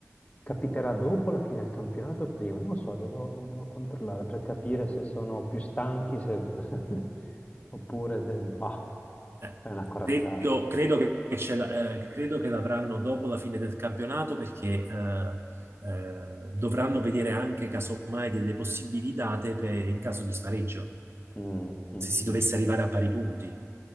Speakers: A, on the left; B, on the right.
A: capiterà dopo la fine del campionato o prima? Non lo so, devo, devo controllare per capire se sono più stanchi se- <laughs> oppure se... Bah,
B: Eh,
A: è una corazzata.
B: credo, credo che ce la- eh, credo che l'avranno dopo la fine del campionato perché eh, eh, dovranno vedere anche casomai delle possibili date per- in caso di spareggio,
A: Mm, mm,
B: se si
A: giusto,
B: dovesse arrivare a pari punti.